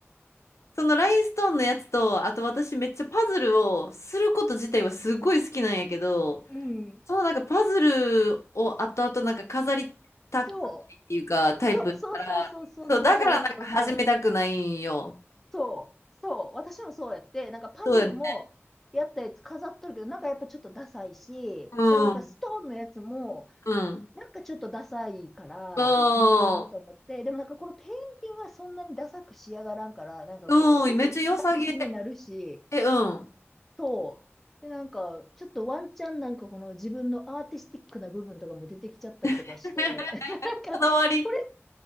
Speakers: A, on the left; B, in the centre.
A: そのラインストーンのやつと、あと私めっちゃパズルをすること自体はすごい好きなんやけど、
B: う、うん、
A: そのなんかパズルを後々なんか飾りたくないっていうか、
B: そう、
A: タイプ。
B: そうそうそうそうそうそうそうそう、
A: そう、だからなんか始めたくないんよ。
B: そう、そう私もそうやって、なんかパズルもやったやつ飾っとるけど、
A: そうやね。
B: なんかやっぱちょっとダサいし、
A: うん、
B: そのなんかストーンのやつも、
A: うん。
B: なんかちょっとダサいから、
A: う
B: うーん。
A: ん。
B: と思って、でもなんかこのペインティングはそんなにダサく仕上がらんから、なんかこう、
A: うん、
B: ちょっと立体的になるし、
A: めっちゃ良さげ。え、うん。
B: そう。で、なんか、ちょっとワンチャンなんかこの自分のアーティスティックな部分とかも出てきちゃったりとかして、
A: <laughs>
B: <laughs> なんか、
A: こだわり。
B: これ